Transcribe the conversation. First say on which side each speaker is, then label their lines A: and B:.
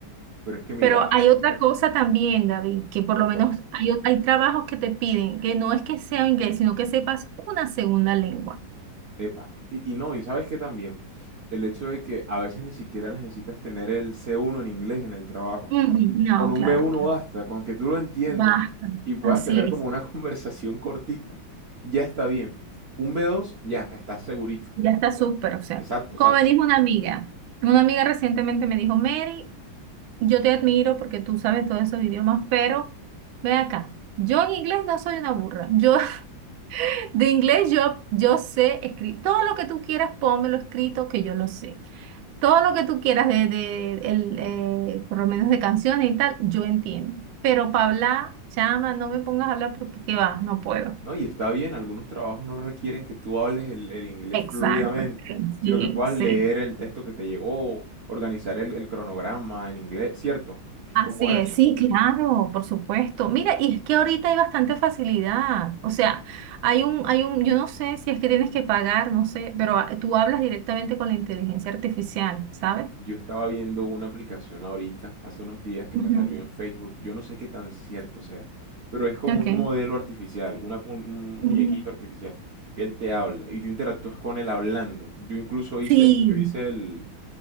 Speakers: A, on the right; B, on the right.
A: pero es que mira,
B: Pero
A: ah,
B: hay otra cosa también, David, que por
A: cuéntame.
B: lo menos hay, o- hay trabajos que te piden que no es que sea inglés, sino que sepas una segunda lengua.
A: Epa, y, y no, y sabes que también el hecho de que a veces ni siquiera necesitas tener el C1 en inglés en el trabajo.
B: Ujú, No,
A: Con un
B: claro,
A: B1
B: claro.
A: basta, con que tú lo entiendas
B: Basta.
A: y puedas
B: Así
A: tener
B: es.
A: como una <laughs> conversación cortita, ya está bien. Un B2, ya, estás segurito.
B: Ya está súper, o sea,
A: Exacto,
B: como
A: exacto.
B: me dijo una amiga, una amiga recientemente me dijo, Mary, yo te admiro porque tú sabes todos esos idiomas, pero ven acá, yo en inglés no soy una burra, yo <laughs> de inglés yo, yo sé escribir, todo lo que tú quieras, pónmelo escrito que yo lo sé, todo lo que tú quieras de, de el, eh, por lo menos de canciones y tal, yo entiendo, pero para hablar, chama, no me pongas a hablar porque qué va, no puedo.
A: No, y está bien, algunos trabajos no requieren que tú hables el, el inglés
B: Exacto,
A: fluidamente, sino
B: sí,
A: que puedas
B: sí.
A: leer el texto que te llegó, organizar el, el cronograma en inglés, ¿cierto?
B: Así
A: Como eso.
B: es, sí, claro, por supuesto. Mira, y es que ahorita hay bastante facilidad. O sea, hay un, hay un, yo no sé si es que tienes que pagar, no sé, pero ah, tú hablas directamente con la inteligencia artificial, ¿sabes?
A: Yo estaba viendo una aplicación ahorita, hace unos días, que
B: Ujú.
A: me salió en Facebook. Yo no sé qué tan cierto sea, pero es como
B: Ok.
A: un modelo artificial, una- un, un
B: Ujú.
A: muñequito artificial, que él te habla y tú interactúas con él hablando. Yo incluso hice,
B: Sí.
A: el- yo hice el,